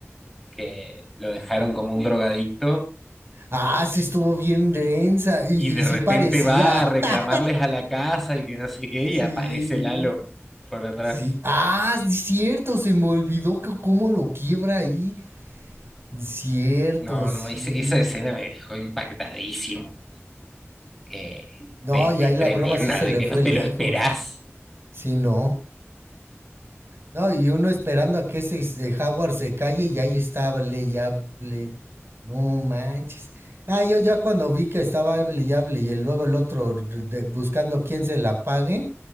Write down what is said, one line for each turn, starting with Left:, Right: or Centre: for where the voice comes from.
Centre: que lo dejaron como un drogadicto
Right: Ah, sí estuvo bien densa. Y,
Centre: y de
Right: y sí
Centre: repente
Right: parecía.
Centre: va a reclamarles
Right: <laughs>
Centre: a la casa y que no sé qué,
Right: Sí.
Centre: y aparece Lalo por atrás.
Right: Sí. Ah, sí, cierto, se me olvidó que cómo lo quiebra ahí. Cierto,
Centre: No,
Right: sí.
Centre: no, ese- esa escena me dejó impactadísimo, eh,
Right: No,
Centre: de,
Right: y
Centre: de
Right: ahí
Centre: tremenda,
Right: la broma sí se
Centre: de
Right: le
Centre: que
Right: fue
Centre: no te
Right: lejos.
Centre: lo esperás.
Right: Sí, no. No, y uno esperando a que ese s- eh, Howard se calle y ahí está, hable y hable. No manches. Ah, yo ya cuando vi que estaba hable y hable y el- luego el otro r- de- buscando quién se la pague,